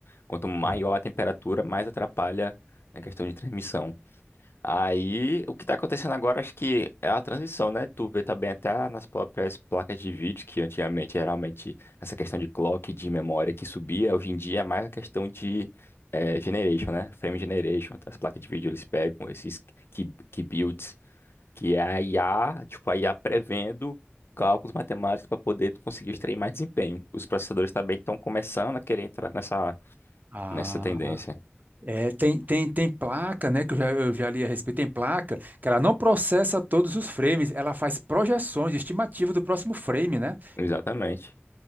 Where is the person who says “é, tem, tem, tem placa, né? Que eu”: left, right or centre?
Right